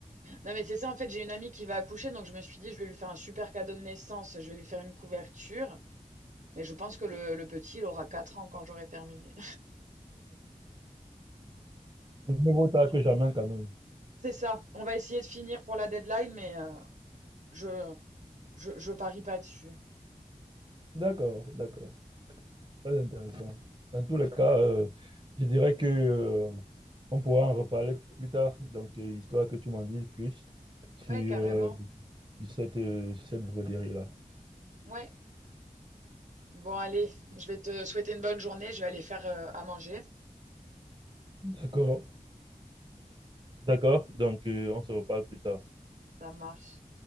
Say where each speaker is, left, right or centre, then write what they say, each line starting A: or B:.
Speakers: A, on the right; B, on the right.
A: Non, mais c'est ça, en fait, j'ai une amie qui va accoucher, donc je me suis dit, je vais lui faire un super cadeau de naissance, je vais lui faire une couverture, mais je pense que le, le petit, il aura quatre ans quand j'aurai terminé.
B: Mais Mieux vaut tard que jamais, quand même.
A: <laughs> C'est ça. On va essayer de finir pour la deadline, mais euh, je, je, je parie pas dessus.
B: D'accord, d'accord. Très intéressant. Dans tous les cas, euh, je dirais que, euh, on pourra en reparler plus tard, donc, euh, histoire que tu m'en dises plus sur,
A: Ouais, carrément.
B: euh, sur cette, euh, sur cette broderie-là.
A: Ouais. Bon, allez, je vais te souhaiter une bonne journée, je vais aller faire euh, à manger.
B: D'accord, d'accord. Donc, euh, on se reparle plus tard.
A: Ça marche.